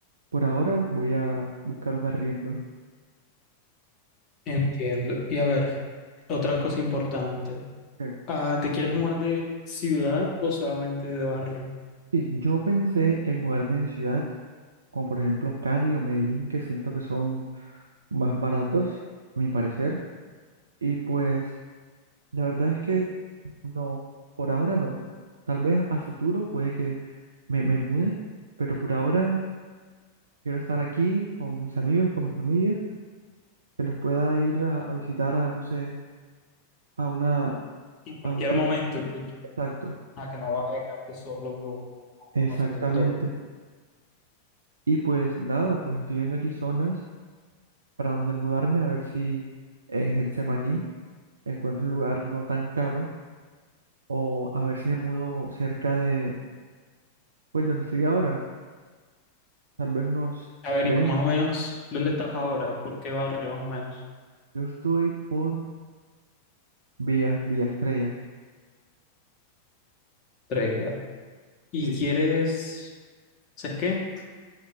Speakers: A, on the right; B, on the left.
A: por ahora voy a buscar un arriendo.
B: Entiendo. Y a ver, otra cosa importante.
A: Eh,
B: Ah, ¿te quieres mudar de ciudad o solamente de barrio?
A: Sí, yo pensé en mudarme de ciudad, como por ejemplo Cali o Medellín, que siento que son más baratos, a mi parecer, y pues la verdad es que no, por ahora no. Tal vez a futuro puede que me, me mude, pero por ahora Quiero estar aquí con mis amigos, con mi familia, que los pueda ir a, a visitar a, no sé, a una,
B: En cualquier
A: a un tiempo.
B: momento que tú quieras,
A: Exacto,
B: ah, que no vas a dejarte solo en un lugar que no
A: exactamente.
B: conoces del todo.
A: Y pues nada, pues estoy viendo aquí zonas para donde mudarme, a ver si en Getsemaní encuentro un lugar no tan caro, o a ver si me mudo cerca de, pues donde estoy ahora, tal vez unos
B: A ver,
A: tres.
B: y más o menos, ¿dónde estás ahora? ¿Por qué barrio, más o menos?
A: Yo estoy por Villa, Villa Estrella.
B: Tres días.
A: Sí,
B: Y quieres, ¿sabes qué?